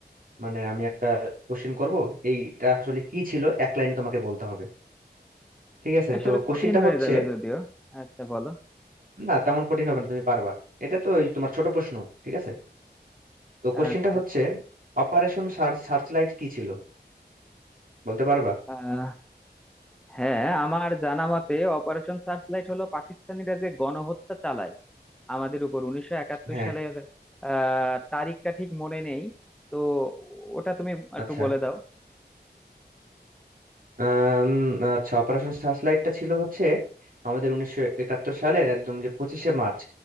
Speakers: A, on the right; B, in the centre.
A: মানে আমি একটা কোশ্চেন করব এইটা আসলে কি ছিল এক লাইনে তোমাকে বলতে হবে ঠিক আছে
B: এটা আসলে
A: তো কোশ্চেনটা
B: কঠিন হয়ে
A: হচ্ছে
B: যাবে যদিও আচ্ছা বলো
A: না তেমন কঠিন হবে না তুমি পারবা এটা তো ওই তোমার ছোট প্রশ্ন ঠিক আছে তো কোশ্চেনটা
B: আচ্ছা
A: হচ্ছে অপারেশন সার্চ লাইট কি ছিল বলতে পারবা
B: আহ হ্যাঁ আমার জানা মতে অপারেশন সার্চলাইট হলো পাকিস্তানিরা যে গণহত্যা চালায় আমাদের উপর উনিশশো একাত্তর
A: হ্যাঁ
B: সালের আহ তারিখটা ঠিক মনে নেই তো ওটা তুমি একটু
A: আচ্ছা
B: বলে দাও
A: আম, আচ্ছা অপারেশন সার্চ লাইটটা ছিল হচ্ছে আমাদের উনিশশো একাত্তর সালের একদম যে পঁচিশে মার্চ